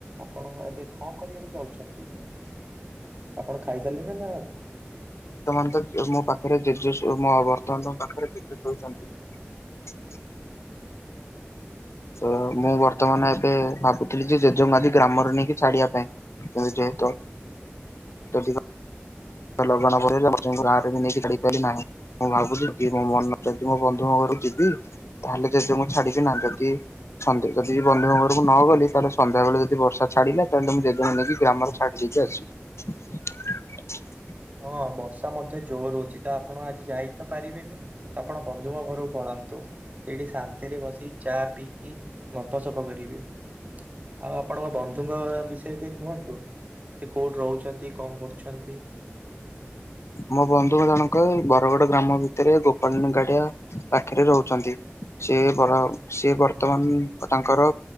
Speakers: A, on the right; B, on the left.
A: ଆପଣ ଏବେ କଣ କରିବାକୁ ଯାଉଛନ୍ତି। ଆପଣ ଖାଇ ସାରିଲେ ନା ନାହାନ୍ତି
B: ମୋ ପାଖରେ ଜେଜେ ମ ବର୍ତ୍ତମାନ ତମ ପାଖରେ କିଏ ଜେଜେ ଶୋଇଛନ୍ତି। ତ ମୁଁ ବର୍ତ୍ତମାନ ଏବେ ଭାବୁଥିଲି ଯେ ଜେଜେ ଙ୍କୁ ଆଦି ଗ୍ରାମରେ ନେଇକି ଛାଡିବା ପାଇଁ। କିନ୍ତୁ ଜେ ହେତ ଜଦି କ ଲଗାଣ ବଢି ହେଇଚି ନେଇକି ଆମ ଗାଁରେ ପାରି ନାହିଁ ମୁଁ ଭାବୁଛି କି ମୋ ମନ ମୋ ବନ୍ଧୁ ଘରକୁ ଯିବି ତାହେଲେ ଜେଜେଙ୍କୁ ଛାଡିବି ନା ଯଦି ଯଦି ବନ୍ଧୁଙ୍କ ଘରକୁ ନ ଗଲି ତାହେଲେ ସନ୍ଧ୍ୟାବେଳେ ଯଦି ବର୍ଷା ଛାଡିଲା ତାହେଲେ ମୁଁ ଜେଜେ ଙ୍କୁ ନେଇକି ଗ୍ରାମରେ ଛାଡିଦେଇକି ଆସିବି। <unintelligible>
A: ହଁ ବର୍ଷା ମଧ୍ୟ ଜୋର ହଉଛି। ତ ଆପଣ ଆଜି ଯାଇ ତ ପାରିବେନି ତ ଆପଣ ବନ୍ଧୁଙ୍କ ଘରକୁ ପଳା ସେଠି ଶାନ୍ତିରେ ବସି ଚା ପିଇକି ଗପସପ କରିବେ। ଆଉ ଆପଣଙ୍କ ବନ୍ଧୁଙ୍କ ବିଷୟରେ ଟି କୁହନ୍ତୁ ସେ କୋଉଠି ରହୁଛନ୍ତି କଣ କରୁଛନ୍ତି?
B: ମୋ ବନ୍ଧୁ କ ଜଣକ ବରଗଡ ଗ୍ରାମ ଭିତରେ ଗୋପାଳନ ଗାଡିଆ ପାଖରେ ରହୁଛନ୍ତି। ସେ ବରା ସେ ବର୍ତ୍ତମାନ ତାଙ୍କର